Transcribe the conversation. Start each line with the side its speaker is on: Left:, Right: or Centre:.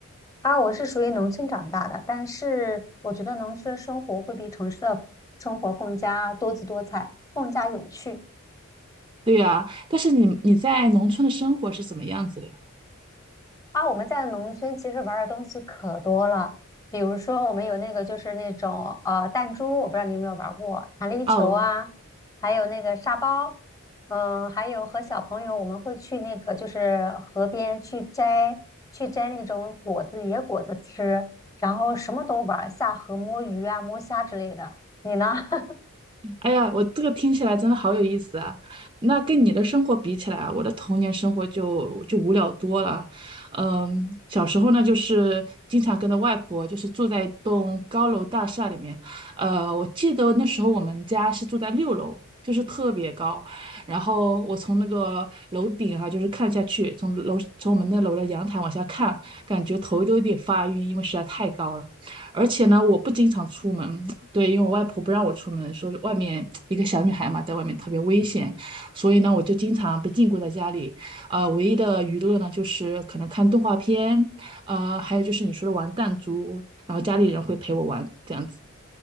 Left: 啊，我是属于农村长大的，但是我觉得农村的生活会比城市的生活更加多姿多彩，更加有趣。
Right: 对呀，但是你你在农村的生活是怎么样子的呀？
Left: 啊，我们在农村其实玩的东西可多了，比如说我们有那个就是那种呃弹珠，我不知道你有没有玩过弹力球啊，
Right: 哦，
Left: 还有那个沙包，嗯，还有和小朋友我们会去那个就是河边去摘去摘那种果子野果子吃，然后什么都玩儿下河摸鱼啊摸虾之类的。你呢？<laughs>
Right: 哎呀，我这个听起来真的好有意思啊！那跟你的生活比起来啊我的童年生活就就无聊多了。嗯，小时候呢，就是经常跟着外婆，就是住在一栋高楼大厦里面。呃，我记得那时候我们家是住在六楼，就是特别高。然后我从那个楼顶哈、就是看下去，从楼从我们那楼的阳台往下看，感觉头都有点发晕，因为实在太高了。而且呢，我不经常出门，对，因为我外婆不让我出门，说外面一个小女孩嘛，在外面特别危险，所以呢，我就经常被禁锢在家里。呃，唯一的娱乐呢，就是可能看动画片，呃，还有就是你说的玩弹珠，然后家里人会陪我玩，这样子。